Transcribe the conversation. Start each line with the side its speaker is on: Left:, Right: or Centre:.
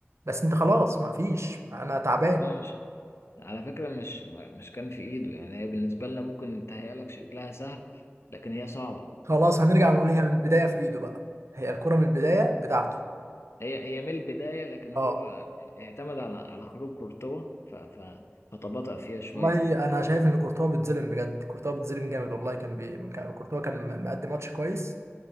Right: بس أنت خلاص ما فيش أنا تعبان
Left: هو مش على فكره مش ما- مش كان في ايده يعني هي بالنسبه لنا ممكن تهيأ لك شكلها سهل لكن هي صعبه
Right: خلاص هنرجع نقول هي من البداية في إيده بقى هي الكرة من البداية بتاعته
Left: هي هي من البدايه لكن هو
Right: اه
Left: اعتمد على على خروج كورتوا ف ف فتباطأ فيها شويه
Right: والله انا شايف ان كورتوا بيتظلم بجد كورتوا بيتظلم جامد والله كان بي... كان- كورتوا كان م- مقدم ماتش كويس